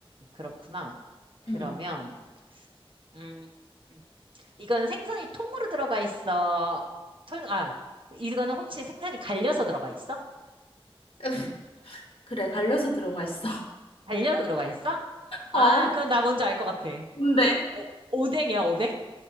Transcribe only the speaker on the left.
응.
<laughs> 그래, 갈려서 들어가 있어. <laughs>
어,
근데.